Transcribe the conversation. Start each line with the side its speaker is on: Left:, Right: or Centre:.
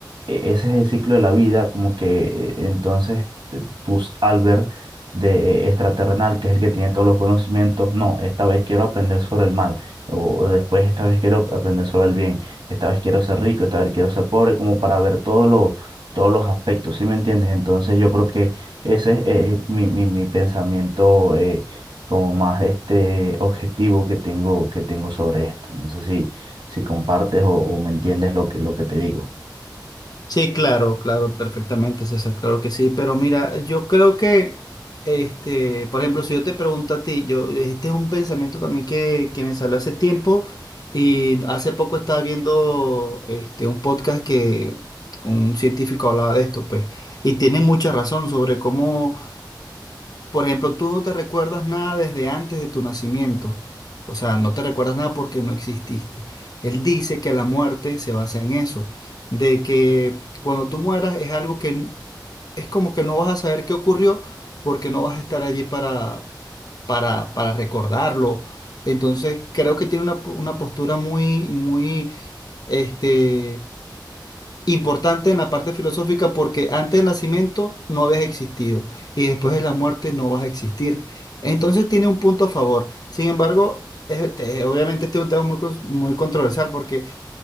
Right: eh, ese es el ciclo de la vida, como que eh, entonces te- tus Albert de eh, extraterrenal, que es el que tiene todos los conocimientos, no, esta vez quiero aprender sobre el mal, o, o después esta vez quiero aprender sobre el bien, esta vez quiero ser rico, esta vez quiero ser pobre, como para ver todos los todos los aspectos, ¿sí me entiendes? Entonces yo creo que ese es eh, mi, mi, mi pensamiento eh, como más este objetivo que tengo, que tengo sobre esto. No sé si, si compartes o, o me entiendes lo que, lo que te digo.
Left: Sí, claro, claro, perfectamente, César, claro que sí, pero mira, yo creo que, este, por ejemplo, si yo te pregunto a ti, yo, este es un pensamiento también que, que me salió hace tiempo y hace poco estaba viendo, este, un podcast que un científico hablaba de esto, pues, y tiene mucha razón sobre cómo por ejemplo, tú no te recuerdas nada desde antes de tu nacimiento. O sea, no te recuerdas nada porque no exististe. Él dice que la muerte se basa en eso, de que cuando tú mueras es algo que n- es como que no vas a saber qué ocurrió porque no vas a estar allí para, para, para recordarlo. Entonces, creo que tiene una, po- una postura muy, muy, este, Importante en la parte filosófica porque antes del nacimiento no habías existido y después de la muerte no vas a existir. Entonces tiene un punto a favor. Sin embargo, es- este, obviamente este es un tema muy, cons- muy controversial porque